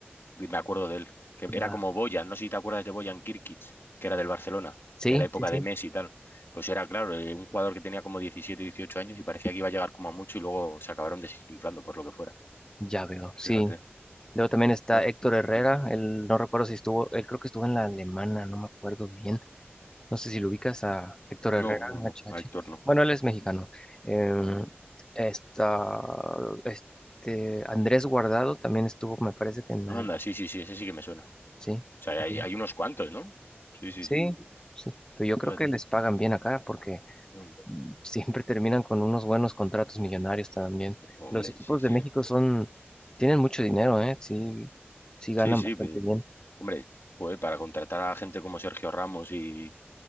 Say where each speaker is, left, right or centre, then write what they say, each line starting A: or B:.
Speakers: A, on the left; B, on the left.
A: Me acuerdo de él. Que
B: ya.
A: era como Boyan. No sé si te acuerdas de Boyan Kirkic, que era del Barcelona,
B: Sí,
A: de la época
B: sí, sí,
A: de Messi y tal. Pues era, claro, eh, un jugador que tenía como 17 18 años y parecía que iba a llegar como a mucho y luego se acabaron desinflando por lo que fuera.
B: ya veo, sí.
A: Fíjate.
B: Luego también está
A: Bueno,
B: Héctor Herrera,
A: mm,
B: él no recuerdo si estuvo, él creo que estuvo en la alemana, no me acuerdo bien. No sé si lo ubicas a Héctor
A: no,
B: Herrera,
A: no, no.
B: HH.
A: A Héctor no.
B: Bueno, él es mexicano. Em,
A: No, no.
B: está, este, Andrés Guardado también estuvo, me parece que en la...
A: Anda, sí, sí, sí, ese sí que me suena. O
B: Sí,
A: sea,
B: ok.
A: hay, hay unos cuantos, ¿no? Sí, sí,
B: Sí,
A: sí.
B: sí. Pero yo creo
A: Fíjate.
B: que les pagan bien acá porque
A: Mm,
B: <laughs> siempre terminan con unos buenos contratos millonarios también.
A: Hombre,
B: Los equipos
A: sí, sí.
B: de
A: <laughs>
B: México son, tienen mucho dinero, ¿eh? Sí, sí ganan
A: Sí, sí,
B: bastante
A: pero,
B: bien.
A: hombre, joder, para contratar a gente como Sergio Ramos y,